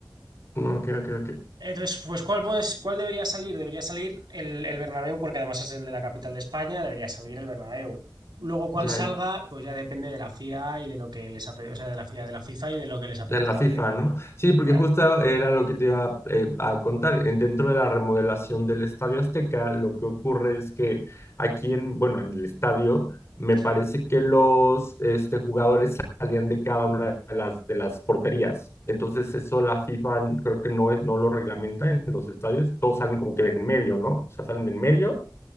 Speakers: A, on the left; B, on the right.
A: No, Ok, ok, ok.
B: Entonces, pues, ¿cuál, pues, cuál debería salir? Debería salir el, el Bernabéu, porque además es el de la capital de España, debería salir el Bernabéu. Luego, cuál
A: Ya,
B: salga, pues ya depende de la FIA y de lo que les apetezca, o sea, de la FIA, de la FIFA y de lo que les apetezca
A: De la FIFA,
B: hacer.
A: ¿no? Sí, porque
B: Claro,
A: justo era lo que te iba eh, a contar. En- Dentro de la remodelación del Estadio Azteca, lo que ocurre es que aquí en, bueno, en el estadio, me
B: sí,
A: parece que los este, jugadores salían de cada una de las, de las porterías. Entonces eso la FIFA creo que no, es- no lo reglamenta en los estadios. Todos salen como que de en medio, ¿no? O sea, salen de en medio